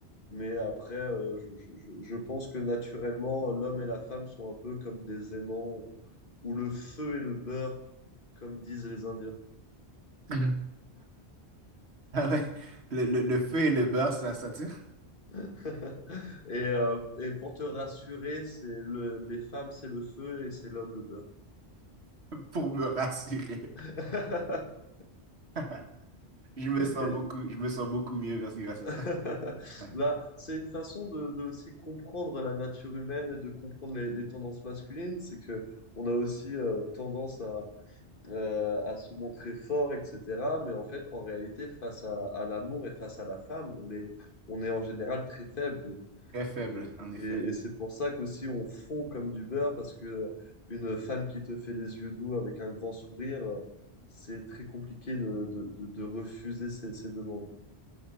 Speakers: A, on the left (about 50°); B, on the right (about 70°).
A: Mais après, euh, je, je- je- je pense que naturellement, l'homme et la femme sont un peu comme des aimants ou, ou le feu et le beurre, comme disent les Indiens.
B: <laughs> Ah ouais, le, le, le feu et le beurre, ça s'attire
A: <laughs> Et, euh, et pour te rassurer, c'est le, les femmes, c'est le feu et c'est l'homme, le
B: <laughs> pour me rassurer.
A: beurre. <laughs>
B: <laughs> Je me sens
A: Et-
B: beaucoup, je me sens beaucoup mieux parce que grâce
A: <laughs>
B: à ça. <laughs>
A: Bah, c'est une façon de, de aussi comprendre la nature humaine et de comprendre les, les tendances masculines. C'est que on a aussi euh, tendance à, euh, à se montrer fort, etc. Mais en fait, en réalité, face à, à l'amour et face à la femme, on est, on est en général très faible.
B: Très faible,
A: Et,
B: en effet.
A: et- et c'est pour ça qu'aussi on fond comme du beurre, parce que une femme qui te fait les yeux doux avec un grand sourire, euh, c'est très compliqué de, de- de- de refuser ses, ses demandes.